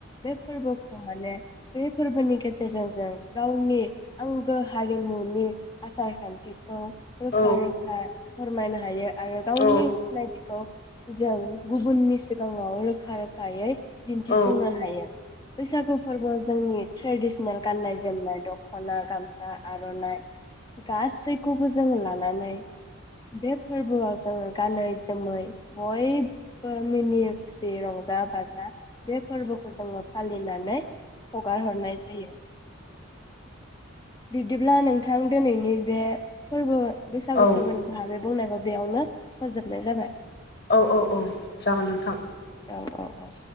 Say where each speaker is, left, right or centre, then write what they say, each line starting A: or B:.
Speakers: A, on the left (about 20°); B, on the left (about 50°).
A: बे फोरबोखौ माने बे फोरबोनि गेजेरजों जों गावनि आंगो हारिमुनि आसार खान्थिखौ रोखा
B: औ
A: रोखा फोरमायनो हायो आरो गावनि
B: औ
A: सिनायथिखौ जों गुबुननि सिगाङाव रोखा। रोखा रोखायै दिन्थिफुंनो
B: औ
A: हायो। बैसखौ फोर्बो। जोंनि ट्रेडिसनेल गाननाय जोमनाय दखना गामसा आरनाइ गासैखौबो जोंङ लानानै बे फोरबोआव जोङो गानै जोमै बयबो मिनि। रंजा बाजा बे फोरबो। खौ जोङो फालिनानै। हगार हरनाय जायो। बिब्दिब्ला नोंथां दिनैनि बे फोरबो बैसागु
B: औ
A: फोरबोनि भाहागो बुंनायखौ बेयावनो फोजोबनाय जाबाय ।
B: औ औ औ जागोन नोंथां।
A: औ औ औ।